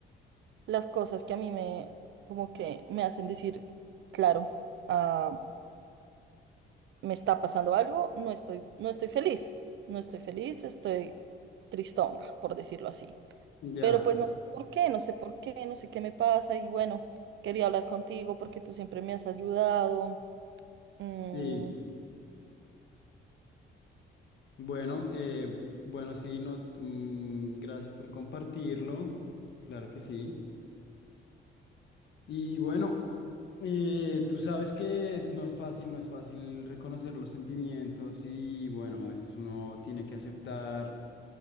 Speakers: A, on the right; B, on the left.
A: las cosas que a mí me, como que me hacen decir, claro, ah, me está pasando algo, no estoy, no estoy feliz, no estoy feliz, estoy tristonga, por decirlo así.
B: Ya,
A: Pero pues no sé por qué, no sé por qué, no sé qué me pasa y bueno, quería hablar contigo porque tú siempre me has ayudado. Mm,
B: sí. Bueno, eh, bueno, sí, no, mm, gracias por compartirlo. Claro que sí. Y bueno, eh, tú sabes que es- no es fácil, no es fácil reconocer los sentimientos y bueno, a veces uno tiene que aceptar.